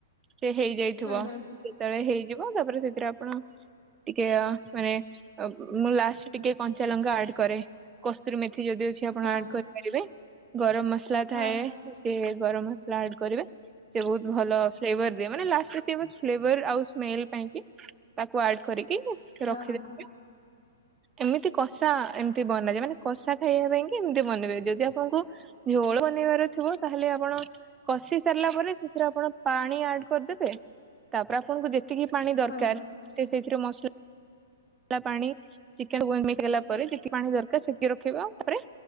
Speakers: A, on the right (about 15°); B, on the left (about 65°).
A: ସେ ହେଇଯାଇଥିବ
B: ହୁଁ ହୁଁ
A: ସେତେବେଳେ ହେଇଯିବ ତାପରେ ସେ ରେ ଆପଣ ଟିକେ ମାନେ ମୁଁ ଲାଷ୍ଟ ଟିକେ କଞ୍ଚା ଲଙ୍କା ଆଡ୍ କରେ କସ୍ତୁରୀ ମେଥି ଯଦି ଅଛି ଆପଣ
B: ହଁ।
A: ଆଡ଼ କରିପାରିବେ ଗରମ ମସଲା ମସଲା ଥାଏ
B: ହଁ ହଁ
A: ସେ ଗରମ ମସଲା ଆଡ କରିବେ। ସେ ବହୁତ ଭଲ ଫ୍ଲେବର ଦିଏ ମାନେ ଲାଷ୍ଟ ରେ ସେ ବାସ ଫ୍ଲେବର ଆଉ ସ୍ମେଲ ପାଇଁ କି ତାକୁ ଆଡ କରି କି
B: ହଁ
A: ରଖିଦେବେ।
B: ହଁ
A: ଏମିତି କଷା ଏମିତି ବନାଯାଏ ମାନେ କଷା ଖାଇବା ପାଇଁ କି ଏମିତି ବନେଇବେ ଯଦି ଆପଣଙ୍କୁ ଝୋଳ ବନେଇବାର ଥିବ ତାହେଲେ ଆପଣ କଷି ସାରିଲା ପରେ ସେଥିରେ ଆପଣ ପାଣି ଆଡ କରିଦେବେ ତାପରେ ଆପଣଙ୍କୁ ଯେତିକି ପାଣି ଦରକାର
B: ହଁ ହଁ
A: ସେ ସେଥିରେ ମସଲା ପାଣି ଚିକେନ ରେ ମସଲା ମିଶି ଗଲା ପରେ ଯେଟିକି ପାଣି ଦରକାର ସେଟିକି ରଖିବା ଆଉ ତାପରେ